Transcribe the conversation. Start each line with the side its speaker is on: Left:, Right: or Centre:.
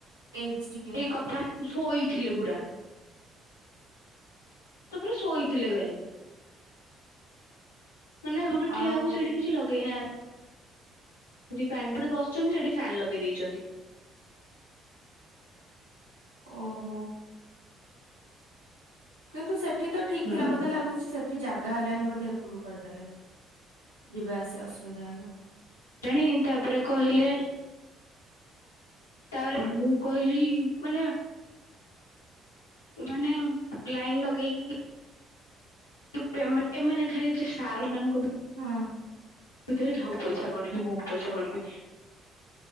Right: ଏଜ ଟିକେ
Left: ସେଇ କଥା ଶୋଇଥିଲେ ପୁରା ତାପରେ ଶୋଇଥିଲେ କାଲି ମାନେ ଯଉଠି
Right: ଆଉ
Left: ଠିଆ ହବ ସେଠି କିଛି ଲଗେଇ ନାହାନ୍ତି। ଯି ଫ୍ୟାନ ଯୋଠି ବସିଚନ୍ତି ସେଠି ଫ୍ୟାନ ଲଗେଇ ଦେଇେଚନ୍ତି।
Right: ଓହୋ। କିନ୍ତୁ ସେଠି ତ ଠିକ୍
Left: ହୁଁ
Right: ଥିଲା ବୋଧେ ଲାଗୁଛି ସେଠି ସେଠି ଜାଗା ହେଲାନି ବୋଧେ ଏପଟକୁ କରିଦେଲେ ଯିବା ଆସିବା ଅସୁବିଧା ହେଲା।
Left: ତେଣି ତାପରେ କହିଲେ ତାପରେ ମୁଁ କହିଲି ମାନେ ମାନେ ଲାଇନ ଲଗେଇକି ଏ ପେମେଣ୍ଟ ଏମାନେ ଖାଲି ସାର୍ ମାନଙ୍କ
Right: ହଁ।
Left: <unintelligible> ପଇସା ଗଣିବି ମୁଁ ବି ପଇସା ଗଣିବି